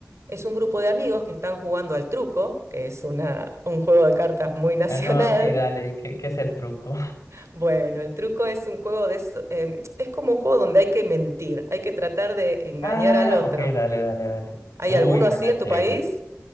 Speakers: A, on the right (about 60°); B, on the left (about 80°).
A: Es un grupo de amigos que están jugando al truco, que es una, un juego de cartas muy <laughs> nacional.
B: Eh, no, sí, dale, ¿qué, qué es el truco? <laughs>
A: Bueno, el truco es un juego de... eso- em, es como un juego donde hay que mentir, hay que tratar de engañar
B: Ah,
A: al otro.
B: ok, dale, dale, dale.
A: ¿Hay
B: Uy,
A: alguno
B: suena
A: así en
B: chévere.
A: tu país?